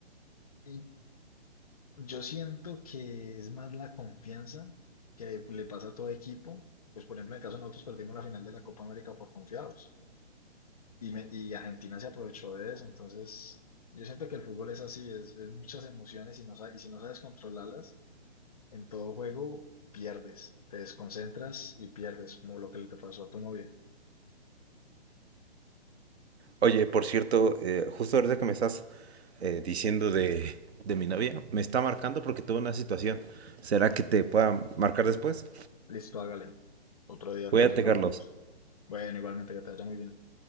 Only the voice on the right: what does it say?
Oye, por cierto, eh, justo ahorita que me estás eh, diciendo de, de mi novia, me está marcando porque tuve una situación. ¿Será que te pueda marcar después?
Cuídate,
Carlos.